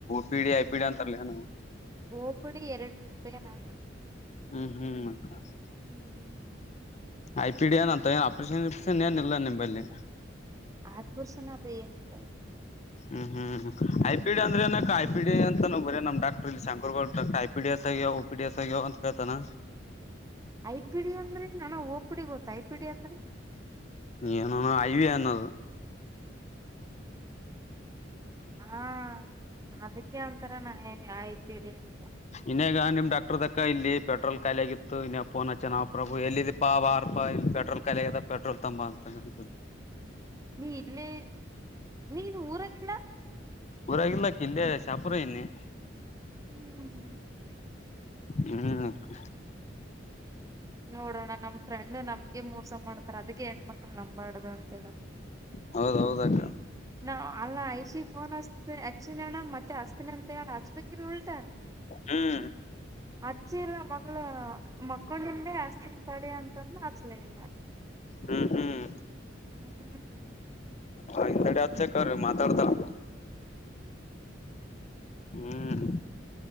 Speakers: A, on the left; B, on the right.
A: P D I P D ಅಂತರಲ್ಲೇನು
B: ಓಪಿಡಿ ಎರಡ್ನೂರೂಪಾಯಿ ಏನದ
A: ಹ್ಮ್ ಹ್ಮ್ ಅಕ್ಕ
B: ಹ್ಮ್
A: ಐ ಪಿ ಡಿ ಏನ್ಂತ ಏನ್ ಆಪ್ರೇಷನ್ ಗೀಪ್ರೇಷನ್ ಏನ್ ಇಲ್ಲ ನಿಂಬಲ್ಲಿ
B: ಆಪರೇಷನ್ ಅದ ಏನು ಇಲ್ಲ
A: ಹ್ಮ್ ಹ್ಮ್ ಹ್ಮ್ ಐ ಪಿ ಡಿ ಅಂದ್ರೆನಕ್ಕ ಐ ಪಿ ಡಿ ಅಂತ ಬರಿ ನಮ್ doctor Shankar Gowda doc I P D O P D S ಅಗ್ಯಾವ್ ಅಂತ ಕೇಳ್ತಾನ
B: ಐ ಪಿ ಡಿ ಅಂದ್ರೇನಣ ಓಪಿಡಿ ಗೊತ್ತ ಐ ಪಿ ಡಿ ಅಂದ್ರ
A: ಏನೋ ಐವೀ ಅನ್ನದು
B: ಹಾ ಅದಕ್ಕೆ ಅಂತಾರೇ ನಾ ಐ ಪಿ ಡಿ ಅಂತ
A: ಇನ್ಯಾಗ ನಿಮ್ ಡಾಕ್ಟರ್ದ ಅಕ್ಕ ಇಲ್ಲಿ ಪೆಟ್ರೋಲ್ ಖಾಲಿ ಆಗಿತ್ತು ಇನ್ನಾಗ ಫೋನ್ ಹಚ್ಚೆ ನ ಪ್ರಭು ಎಲ್ಲಿದಿ ಪಾ ಬಾರ್ ಪಾ ಇಲ್ಲಿ ಪೆಟ್ರೋಲ್ ಖಾಲಿ ಆಗೆದ ಪೆಟ್ರೋಲ್ ತಂಬ ಅಂತಂದ ಹೂಂ
B: ನೀ ಇಲ್ಲೇ ನೀನ್ ಊರಾಗಿಲ್ಲ
A: ಊರಾಗಿಲ್ಲಕಿ ಇಲ್ಲೆ ಶಾಪುರದಾಗಿದ್ನಿ
B: ಹ್ಮ್ ಹ್ಮ್
A: ಹ್ಮ್ ಅಕ್ಕ
B: ನೋಡೋಣಾ ನಮ್ ಫ್ರೆಂಡ್ ನಮ್ಗೆ ಮೋಸ ಮಾಡ್ತಾರ ಅದಕ್ಕೆ ಹೆಣ್ ಮಕ್ಳ ನಂಬಾಡ್ದ ಅಂತ ಹೇಳದು
A: ಹೌದೌದಕ್ಕ
B: ನಾ ಅಲ್ಲ ಐ ಸಿ ಫೋನ್ ಹಸ್ ಹಚ್ಚಿನ ಅಣ್ಣ ಮತ್ತೆ ಹಸ್ತಿನಿ ಅಂತ ಹೇಳಣ ಹಚ್ಬೇಕಿಲ್ ಉಲ್ಟಾ
A: ಹ್ಮ್
B: ಅಚ್ಚೀರ ಮ ಮಕ್ಕಂಡೀನ್ಲೇ ಹಸ್ತಿನ್ ತಡಿ ಅಂತಂದ್ಲ ಹಚ್ಚಲೇ ಇಲ್ಲ
A: ಹ್ಮ್ ಹ್ಮ್
B: ಹ್ಮ್
A: ಹಾ ಹಿಂದಡೆ ಹಚ್ಚಾಕರ ಮಾತಾಡ್ತಾಳ್ನ ಹ್ಮ್